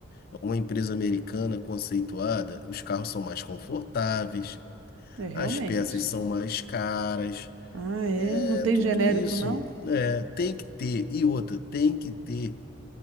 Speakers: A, on the left; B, on the right.
A: é uma empresa americana conceituada, os carros são mais confortáveis,
B: é realmente.
A: as peças são mais caras,
B: Ah, é?
A: é
B: Não tem
A: tudo
B: genérico,
A: isso.
B: não?
A: É, tem que ter, e outra, tem que ter